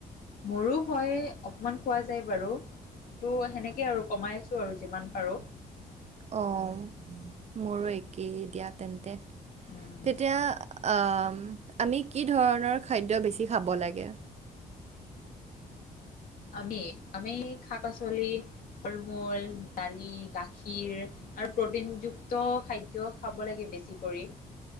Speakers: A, on the left (about 65°); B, on the right (about 45°).
A: মোৰো হয়, অকণমান খোৱা যায় বাৰু। টো সেনেকে আৰু কমাই আছো আৰু যিমান পাৰো।
B: অঁ', মোৰো একেই দিয়া। তেন্তে,
A: উম
B: তেতিয়া আঁহ' আমি কি ধৰণৰ খাদ্য বেছি খাব লাগে?
A: আমি, আমি শাক-পাচলি, ফল-মূল, ডালিম, গাখীৰ- আৰু প্ৰটিনযুক্ত খাদ্য খাব লাগে বেছি কৰি।